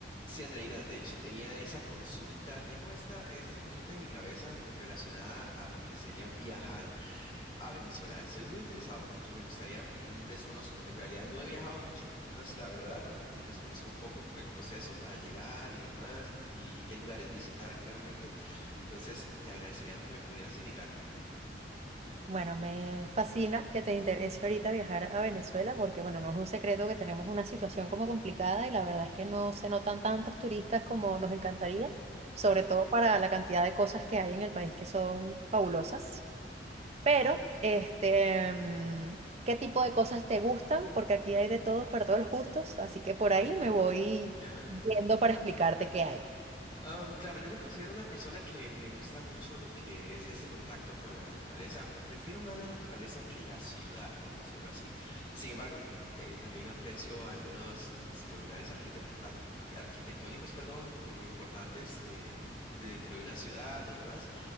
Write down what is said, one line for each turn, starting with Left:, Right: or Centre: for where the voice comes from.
Left: Sí, Andreina, de hecho tenía esa consulta, tengo esta, esta consulta en mi cabeza relacionada a lo que sería viajar a Venezuela. Estoy muy interesado, me gustaría, pero desconozco. En realidad no he viajado mucho, esa es la verdad. eh, Desconozco un poco el proceso para llegar y demás, ent- y, y qué lugares visitar claramente. Entonces, te agradecería lo que me pudieras indicar.
Right: Bueno, me fascina que te interese ahorita viajar a Venezuela porque, bueno, no es un secreto que tenemos una situación como complicada y la verdad es que no se notan tantos turistas como nos encantaría, sobre
Left: Claro.
Right: todo para la cantidad de cosas que hay en el país que son fabulosas. Pero, este, mm, ¿qué tipo de cosas te gustan? Porque aquí hay de todos para todos los gustos, así que por ahí me voy
Left: <laughs>
Right: yendo para explicarte qué hay.
Left: Am, claro, yo me considero una persona que me gusta mucho lo que es ese contacto con la naturaleza. Prefiero más la naturaleza que la ciudad, por decirlo así. Sin embargo, eh, también aprecio algunos, qué sé yo, lugares arquite- at- arquitectónicos, perdón, eh, importantes eh, dentro de una ciudad o demás,